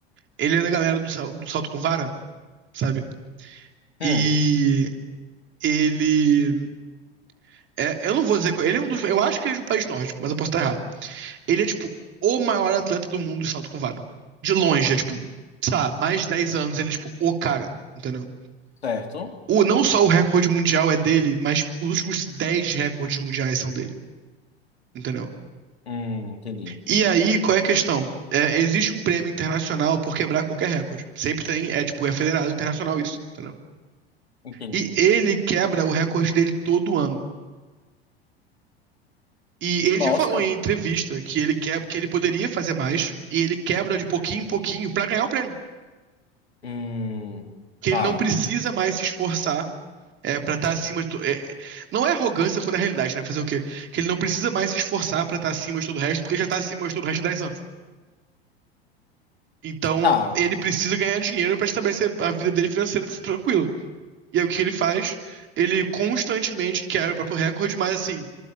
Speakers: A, on the right; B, on the left.
A: ele é da galera do, sal- do salto com vara, sabe?
B: Hum,
A: E ele É, eu não vou dizer. qual- Ele é um dos. Eu acho que ele é de um país nórdico, mas eu posso estar errado. Ele é, tipo, o maior atleta do mundo de salto com vara. De longe, é, tipo, sabe? mais de 10 anos ele é, tipo, o cara, entendeu?
B: certo?
A: O, não só o recorde mundial é dele, mas tipo, os últimos 10 recordes mundiais são dele, entendeu?
B: Hum, entendi,
A: E aí, qual é a questão? É, existe um prêmio internacional por quebrar qualquer recorde. Sempre tem, é, tipo, é federado internacional isso, entendeu?
B: entendi.
A: E ele quebra o recorde dele todo ano. E ele
B: Nossa.
A: já falou em entrevista que ele quer, que ele poderia fazer mais e ele quebra de pouquinho em pouquinho pra ganhar o prêmio,
B: Hum,
A: que
B: tá.
A: ele não precisa mais se esforçar é, para estar acima de to... é, não é arrogância quando é realidade, né? Fazer o quê? Que ele não precisa mais se esforçar para estar acima de todo o resto, porque já está acima de todo o resto há 10 anos. Então,
B: Tá.
A: ele precisa ganhar dinheiro para estabelecer a vida dele financeira tranquila. E aí o que ele faz? Ele constantemente quebra o próprio recorde, mas assim,